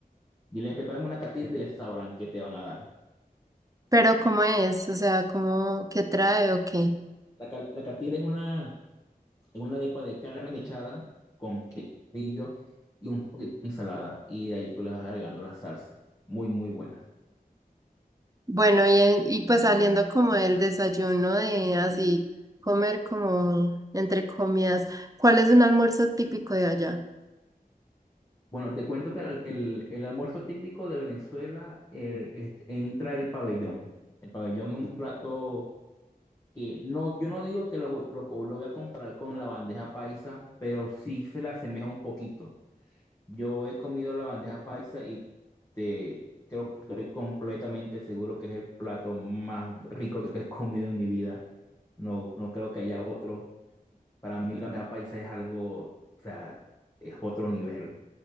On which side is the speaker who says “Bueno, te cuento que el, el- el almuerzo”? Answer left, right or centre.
Left